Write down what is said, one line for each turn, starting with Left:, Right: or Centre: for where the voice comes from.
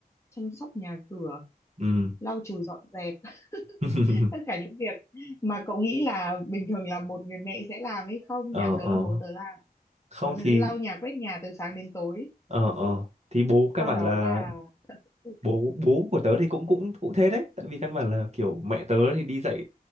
Left: chăm sóc nhà cửa,
Right: ừ
Left: lau chùi dọn dẹp. <laughs>
Right: <laughs>
Left: Tất cả những việc mà cậu nghĩ là bình thường là một người mẹ sẽ làm hay không,
Right: ờ
Left: nhà tớ
Right: ờ
Left: là bố tớ làm.
Right: không
Left: Ủa, thế
Right: thì
Left: lau nhà quét nhà từ sáng đến tối
Right: ờ ờ thì bố căn
Left: sau
Right: bản
Left: đó
Right: là
Left: là Ừ,
Right: bố bố của tớ thì cũng cũng cũng thế đấy tại vì căn bản là kiểu mẹ tớ thì đi dạy